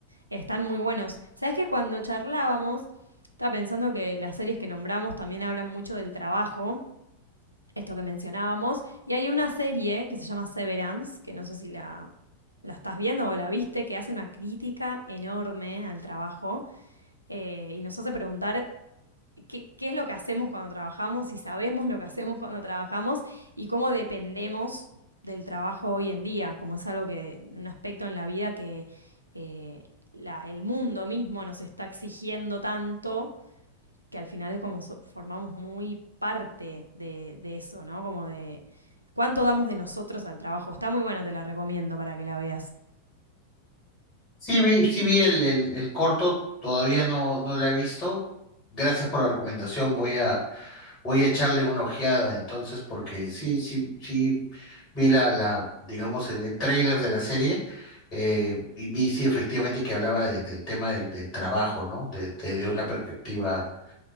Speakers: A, on the right; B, on the left.
A: Están muy buenos. ¿Sabes que cuando charlábamos, estaba pensando que las series que nombramos también hablan mucho del trabajo, esto que mencionábamos, y hay una serie que se llama Severance, que no sé si la, la estás viendo o la viste, que hace una crítica enorme al trabajo eh, y nos hace preguntar qué, qué es lo que hacemos cuando trabajamos, si sabemos lo que hacemos cuando trabajamos y cómo dependemos del trabajo hoy en día, como es algo que, un aspecto en la vida que eh, la- el mundo mismo nos está exigiendo tanto que al final como so- formamos muy parte de, de eso, ¿no? Como de cuánto damos de nosotros al trabajo. Está muy buena, te la recomiendo para que la veas.
B: Sí vi, sí vi el, el, el corto, todavía no, no lo he visto. Gracias por la recomendación, voy a, voy a echarle una ojeada entonces, porque sí, sí, sí vi la, la, digamos, el, el tráiler de la serie, eh, y vi sí efectivamente que hablaba de- del tema del, del trabajo, ¿no? De, de-
A: Sí,
B: de una perspectiva